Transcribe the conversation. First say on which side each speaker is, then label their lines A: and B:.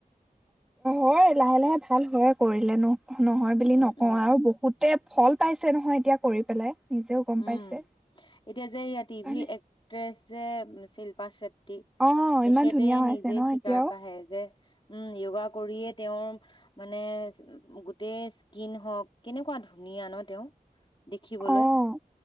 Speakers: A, in the centre; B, on the left (about 35°).
A: হয় লাহে লাহে ভাল হয় কৰিলেনো। নহয় বুলি
B: উম
A: নকওঁ
B: উম
A: আৰু বহুতে ফল পাইছে নহয় এতিয়া কৰি পেলাই। নিজেও গম
B: উম
A: পাইছে
B: এতিয়া যে ইয়া টিভি
A: কাৰণে
B: এক্ট্ৰেছ যে শিল্পা শেট টি
A: অ',
B: তেখেতে
A: ইমান ধুনীয়া হৈ
B: নিজে
A: আছে ন
B: চিকাৰ
A: এতিয়াও
B: কাঢ়ে যে উম য়োগা কৰিয়ে তেওঁৰ মানে গোটেই স্কিন হওঁক কেনেকুৱা ধুনীয়া ন তেওঁ। দেখিবলৈ।
A: অ',